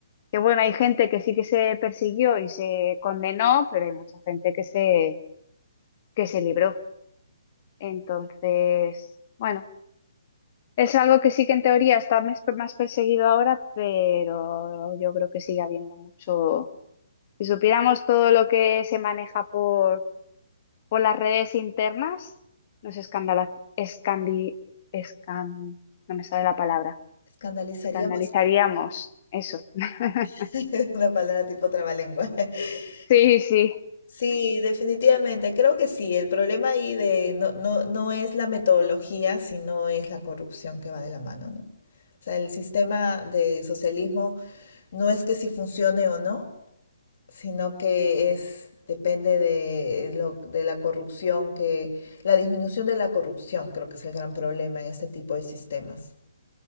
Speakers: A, on the left (about 40°); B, on the left (about 60°).
A: Que bueno, hay gente que sí que se persiguió y se condenó, pero hay mucha gente que se, que se libró. Entonces, bueno. Es algo que sí que en teoría está mes- más perseguido ahora, pero yo creo que sigue habiendo mucho. Si supiéramos todo lo que se maneja por, por las redes internas, nos escandala, escandi, escan, no me sale la palabra.
B: ¿Escandalizaríamos?
A: Escandalizaríamos eso. <laughs>
B: <laughs> Una palabra tipo trabalengua. <laughs>
A: Sí, sí,
B: Sí, definitivamente, creo que sí. El problema ahí de no, no, no es la metodología, sino es la corrupción que va de la mano, ¿no? O sea, el sistema de socialismo no es que si funcione o no, sino que es, depende de, lo- de la corrupción que, la disminución de la corrupción creo que es el gran problema en este tipo de sistemas